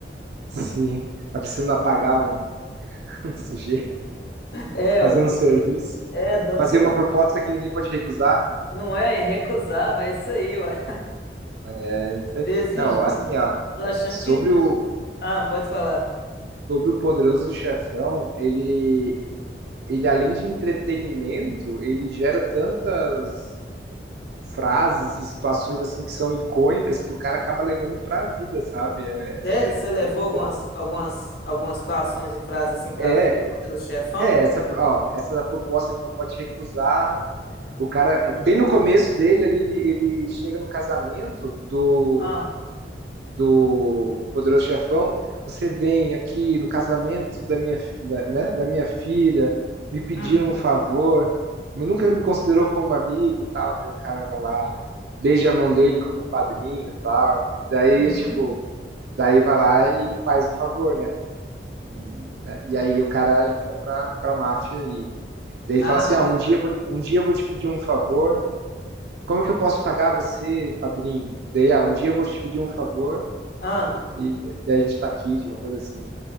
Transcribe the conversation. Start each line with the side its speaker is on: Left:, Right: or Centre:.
Right: sim, tá precisando apagar um <laughs> sujeito,
Left: É,
Right: fazer
Left: ué.
Right: um serviço,
Left: É, tá
Right: fazer
Left: precisando.
Right: uma proposta que ninguém pode recusar.
Left: Não é irrecusável, é isso aí, ué.
Right: É, isso aí.
Left: Desse
Right: Não,
Left: jeito.
Right: assim, ó,
Left: Tô achando
Right: sobre
Left: que.
Right: o
Left: Ah, pode falar.
Right: sobre o Poderoso Chefão, ele ele além de entretenimento, ele gera tantas frases e situações assim que são icônicas que o cara acaba levando para a vida, sabe? É, é
Left: Sério, você
Right: é
Left: levou
Right: muito
Left: algumas,
Right: bom.
Left: algumas, algumas situações e frases assim pra
Right: É,
Left: vida, do poderoso chefão?
Right: é essa, ó, essa da proposta que não pode recusar. O cara, bem no começo dele ali, ele, ele chega no casamento do
Left: Ah.
Right: do Poderoso Chefão, você vem aqui no casamento da minha, da, né, da minha filha, me pedir
Left: Hum,
Right: um favor, mas nunca me considerou como amigo, tal, daí o cara vai lá, beija a mão dele como padrinho, tal, e daí,
Left: uhum.
Right: tipo, daí vai lá e ele faz o favor, né, e, né, e aí o cara entra pra, pra máfia e daí
Left: Ah,
Right: ele fala assim, ah, um dia, eu vou- um dia eu vou te pedir um favor, como que eu posso pagar você, padrinho? Daí, ah, um dia eu vou te pedir um favor,
Left: ah.
Right: e daí a gente tá aqui, tipo uma coisa assim.